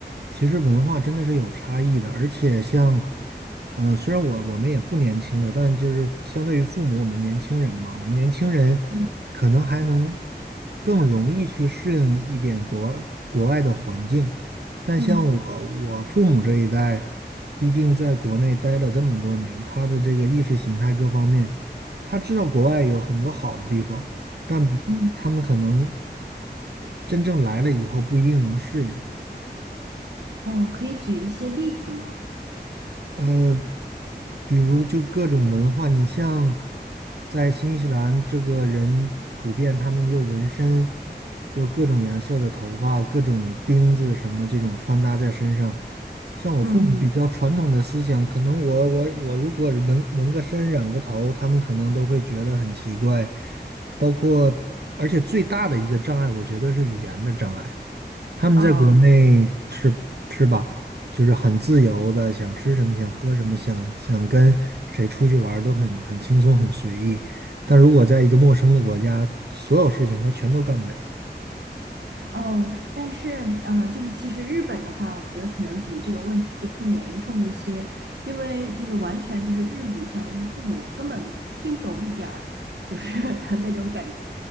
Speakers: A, on the right (about 70°); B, on the right (about 85°).
A: 其实文化真的是有差异的。而且像，嗯、虽然我我们也不年轻了，但就是相对于父母，我们年轻人嘛，我们年轻人可能还能
B: 嗯
A: 更容易去适应一点国国外的环境。但像我我父母这一代，
B: 嗯
A: 毕竟在国内待了这么多年，他的这个意识形态各方面，他知道国外有很多好的地方，但不，
B: 嗯，
A: 他们可能真正来了以后不一定能适应。
B: 哦，可以举一些例子吗？
A: 呃，比如就各种文化，你像在新西兰，这个人普遍他们有纹身，有各种颜色的头发，各种钉子什么这种穿搭在身上。像我父母比较传统的思想，
B: 嗯嗯，
A: 可能我我我如果纹纹个身、染个头，他们可能都会觉得很奇怪。包括，而且最大的一个障碍，我觉得是语言的障碍。他们在国内是是吧，
B: 哦
A: 就是很自由的，想吃什么想喝什么，想想跟谁出去玩儿都很很轻松很随意。但如果在一个陌生的国家，所有事情他全都干不了。
B: 哦，但是呃，就是其实日本的话，我觉得可能比这个问题就更严重一些，因为就是完全就是日语，相当于是父母根本听不懂一点儿，就是 <laughs> 的那种感觉。